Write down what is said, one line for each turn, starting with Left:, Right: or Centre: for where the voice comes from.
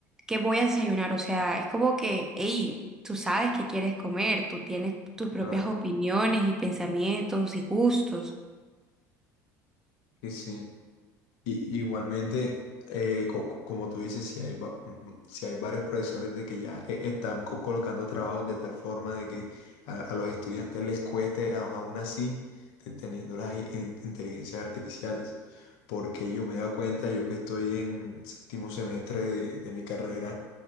Centre: qué voy a desayunar. O sea, es como que, hey, tú sabes qué quieres comer, tú tienes tus propias
Left: claro
Centre: opiniones y pensamientos y gustos.
Left: que sí. Y- igualmente, eh, co- co- como tú dices, si hay, va- si hay varios profesores de que ya eh, están co- colocando trabajos de tal forma de que a, a los estudiantes les cueste, a- aún así, te- teniendo las i- in- inteligencias artificiales. Porque yo me he dado cuenta, yo que estoy en séptimo semestre de, de mi carrera,